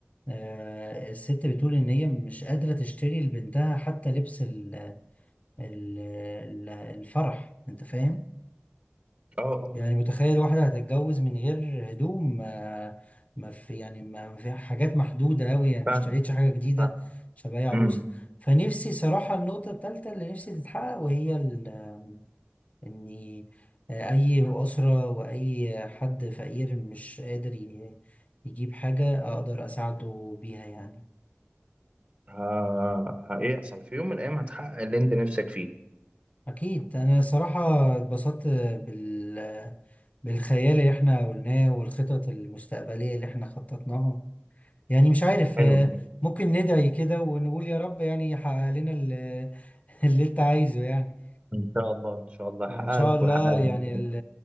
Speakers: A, on the left (about 35°); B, on the right (about 35°).
A: آه، الست بتقول ان هي مش قادرة تشتري لبنتها حتى لبس ال- ال- ال- الفرح انت فاهم
B: اه اه
A: يعني متخيل واحدة هتتجوز من غير هدوم ما ما في يعني ما ما في حاجات محدودة أوي يعني ما
B: فاهم
A: اشتريتش حاجة جديدة
B: فاهم
A: عشان أبقى هي عروسة
B: امم
A: فنفسي صراحة النقطة التالتة اللي نفسي تتحقق وهي ال- إني أي أسرة وأي حد فقير مش قادر ي- يجيب حاجة أقدر أساعده بيها يعني
B: ه- هيحصل في يوم من الايام هتحقق اللي انت نفسك فيه
A: أكيد أنا صراحة اتبسطت بال بالخيال اللي احنا قلناه والخطط المستقبلية اللي احنا خططناها يعني مش عارف
B: حلو
A: آه،
B: ده
A: ممكن ندعي كده ونقول يا رب يعني يحقق لنا ال- <laughs> اللي انت عايزه يعني
B: ان شاء الله ان شاء الله هحقق
A: وان شاء
B: لك
A: الله
B: وهحقق لي
A: يعني ال-